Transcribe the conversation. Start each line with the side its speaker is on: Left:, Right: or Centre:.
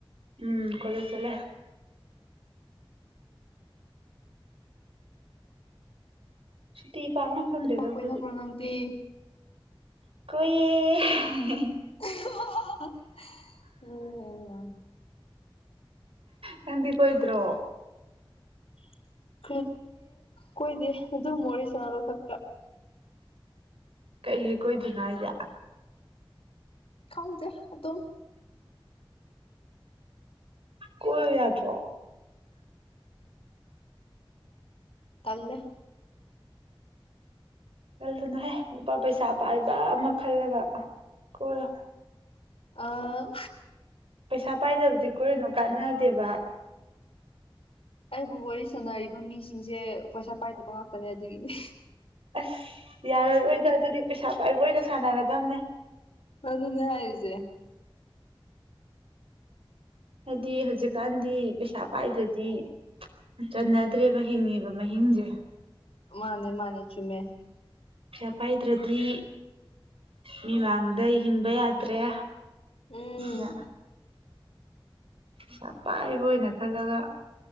Right: ꯎꯝ ꯀꯣꯂꯦꯖ ꯆꯠꯂꯦ ꯁꯨꯇꯤ ꯄꯥꯛꯅ ꯐꯪꯗꯦꯗ
Left: ꯅꯨꯄꯥ
Right: ꯑꯩꯈꯣꯏꯗꯤ
Left: ꯀꯣꯏꯅꯕ꯭ꯔꯣ ꯅꯪꯗꯤ
Right: ꯀꯣꯏꯌꯦ
Left: <unintelligible>
Right: ꯅꯪꯗꯤ ꯀꯣꯏꯗ꯭ꯔꯣ
Left: <unintelligible> ꯀꯣꯏꯗꯦ ꯑꯗꯨꯝ ꯋꯥꯔꯤ ꯁꯥꯕ ꯈꯛꯇ
Right: ꯀꯩꯒꯤ ꯀꯣꯏꯗꯔꯤꯅꯣ ꯍꯥꯏꯁꯦ
Left: ꯈꯪꯗꯦ ꯑꯗꯨꯝ
Right: ꯀꯣꯏꯌꯨ ꯌꯥꯗ꯭ꯔꯣ
Left: ꯇꯜꯂꯦ
Right: ꯇꯟꯂꯨꯅꯨꯍꯦ ꯅꯨꯄꯥ ꯄꯩꯁꯥ ꯄꯥꯏꯕ ꯑꯃ ꯈꯜꯂꯒ ꯀꯣꯏꯌꯣ
Left: ꯑ
Right: ꯄꯩꯁꯥ ꯄꯥꯏꯗꯕꯗꯤ ꯀꯣꯏꯔꯨꯅꯨ ꯀꯥꯟꯅꯗꯦꯕ
Left: ꯑꯩꯕꯨ ꯋꯥꯔꯤ ꯁꯥꯟꯅꯔꯤꯕ ꯃꯤꯁꯤꯡꯁꯦ ꯄꯩꯁꯥ ꯄꯥꯏꯗꯕ ꯉꯥꯛꯇꯅꯦ ꯑꯗꯨꯒꯤꯅꯦ
Right: ꯑꯁ ꯌꯥꯔꯔꯣꯏꯗ ꯑꯗꯨꯗꯤ ꯄꯩꯁꯥ ꯄꯥꯏꯕ ꯑꯣꯏꯅ ꯁꯥꯟꯅꯒꯗꯝꯅꯦ
Left: ꯑꯗꯨꯅꯦ ꯍꯥꯏꯖꯦ
Right: ꯍꯥꯏꯗꯤ ꯍꯧꯖꯤꯛꯀꯥꯟꯗꯤ ꯄꯩꯁꯥ ꯄꯥꯏꯗ꯭ꯔꯗꯤ ꯆꯟꯅꯗ꯭ꯔꯦꯕ ꯍꯤꯡꯉꯤꯕ ꯃꯍꯤꯡꯁꯦ
Left: ꯃꯥꯅꯦ ꯃꯥꯅꯦ ꯆꯨꯝꯃꯦ
Right: ꯄꯩꯁꯥ ꯄꯥꯏꯗ꯭ꯔꯗꯤ ꯃꯤꯃꯥꯡꯗ ꯍꯤꯡꯕ ꯌꯥꯗ꯭ꯔꯦ
Left: ꯎꯝ
Right: <unintelligible> ꯄꯩꯁꯥ ꯄꯥꯏꯕ ꯑꯣꯏꯅ ꯈꯜꯂꯒ